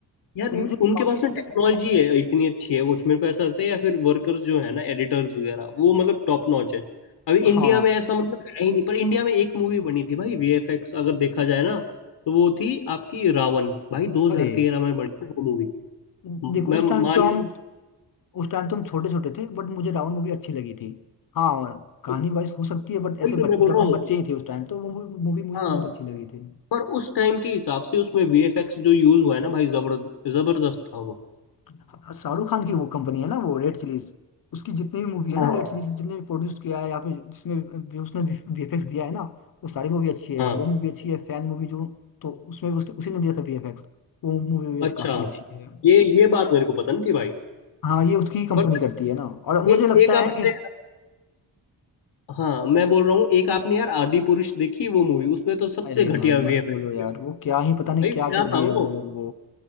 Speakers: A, on the left; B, on the left.
A: यार
B: तो
A: उन-
B: मुझे वो
A: उनके
B: काफी
A: पास ना टेक्नोलॉजी है इतनी अच्छी है कुछ मेरे को ऐसा लगता है या फिर वर्कर्स जो है ना एडिटर्स वगैरह वो मतलब टॉप नॉच है अभी
B: हाँ
A: इंडिया में ऐसा मतलब है ही नहीं पर इंडिया में एक मूवी बनी थी भाई वीएफएक्स अगर देखा जाए ना तो वो थी आपकी रावण भाई 2013
B: अरे
A: में बनी थी वो मूवी
B: देखो
A: मैं
B: उस टाइम
A: मान
B: तो हम उस टाइम तो हम छोटे छोटे थे बट मुझे रावण मूवी अच्छी लगी थी हाँ कहानी
A: तो
B: वाइज हो सकती है बट
A: वही
B: ऐसे
A: तो
B: बच्चे
A: मैं बोल
B: जब
A: रहा
B: हम
A: हूँ
B: बच्चे ही थे उस टाइम तो वो मूवी मुझे
A: हाँ
B: बहुत अच्छी लगी थी
A: पर उस टाइम के हिसाब से उसमें वीएफएक्स जो यूज हुआ है ना भाई जबर जबरदस्त था वो
B: हाँ, शाहरुख खान की वो कंपनी है ना वो रेड चिलीज उसकी जितनी भी मूवी है
A: हाँ
B: ना रेड चिलीज जितने भी प्रोड्यूस किया है या फिर जिसमें भी उसने वीएफएक्स दिया है ना वो सारी मूवी अच्छी है
A: हाँ
B: वो मूवी अच्छी है फैन मूवी जो तो उसमें भी उसने उसी ने दिया था वीएफएक्स वो मूवी भी
A: अच्छा
B: काफी अच्छी है
A: ये ये बात मेरे को पता नहीं थी भाई
B: हाँ ये उसकी कंपनी
A: पर
B: करती है ना और मुझे
A: ए,
B: लगता
A: एक आपने
B: है
A: हाँ मैं बोल रहा हूँ एक आपने यार आदि पुरुष देखी वो मूवी उसमें तो सबसे
B: अरे
A: घटिया
B: भाई
A: वीएफएक्स
B: मत बोलो यार
A: किया
B: वो क्या ही पता
A: भाई
B: नहीं क्या
A: क्या
B: कर दिए
A: था वो
B: वो लोग वो